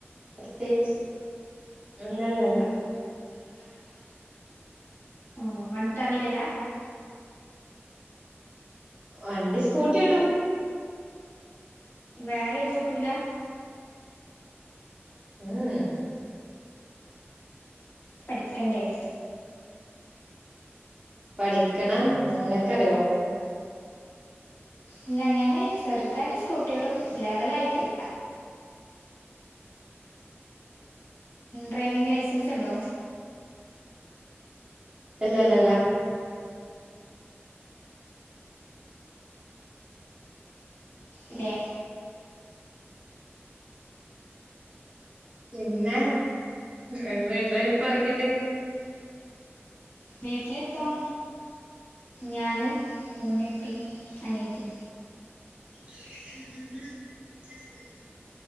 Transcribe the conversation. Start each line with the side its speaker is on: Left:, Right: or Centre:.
Right: പ്രത്യേകിച്ച് അല്ലല്ലല്ലാ
Left: ല്ലല്ലല്ലാ ഓഹ് വൺട്ടാ വീരല്ലാ
Right: വണ്ടി സ്കൂട്ടി ഓട്ടും
Left: വേറെേതും ഓട്ടൂലാ
Right: ഉം ഉം
Left: പഠിക്കണ്ടേ
Right: പഠിക്കണം ഇങ്ങക്കറിയോ
Left: ഇല്ല ഞാന് ചെറുതായിട്ട് സ്കൂട്ടി യോട്ടും ലെവല ആയിട്ടില്ല ഡ്രൈവിംഗ് ലൈസൻസ് ഒണ്ടോ
Right: ഇല്ല ഇല്ലല്ല
Left: ഇല്ലേ
Right: പിന്നെ ഉമ് വീട്ടിൽ ആരൊക്കെ എണ്ട്
Left: വീട്ടിലിപ്പം ഞാനും ഉമ്മയ് ഇപ്പി അനിയത്തി
Right: <unintelligible>